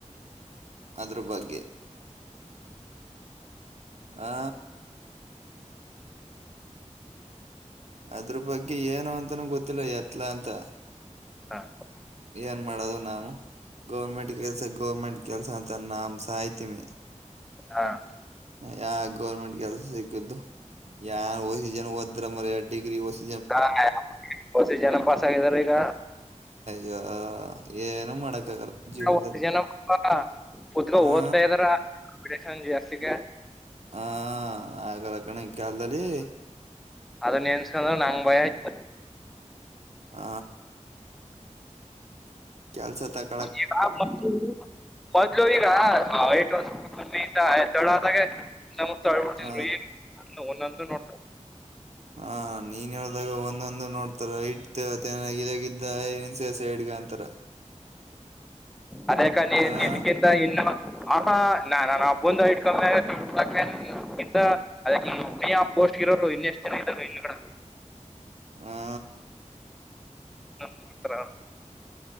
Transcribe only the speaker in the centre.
ಹ
ಹ
<unintelligible> ವಸಿ ಜನ ಪಾಸ ಆಗಿದರ ಈಗ.
ಓ ಏನವ್ವ ಕೂತ್ಕೊಂಡ್
ಓದ್ತಾ ಇದಾರ. <unintelligible>
ಅದ ನಿನ್ಸಕಂಡ್ರೆ ನಂಗ ಭಯ ಆತ.
ಈಗ ಮೊದ್ಲು ಮೊದ್ಲು ಈಗ ಟ್ ವರ್ ಮಂತ ಆಯ್ತ. ತಡದಾಗೆ. ನ ಮ ಆಳ್ಬಿಡ್ತಿದ್ರು
ಏ ಒಂದೊಂದು ನೋಡ್ತ
ಅದೇಕ ಲೇ
ಇದಕ್ಕಿಂತ ಇನ್ನು ಆ ನಾ ನಾನನ್ ಆ ಬಂದು ಐಟ್ ಕಮ್ಮಿ ಆಗ ಅದ ಇ ಆ ಪೋಸ್ಟ್ ಇಿರೋರು ಇನ್ ಎಷ್ಟ್ ಜನ ಇದರು ಇಲ್ಲಿ ಕಡ
ನೋಡ್ತಾರ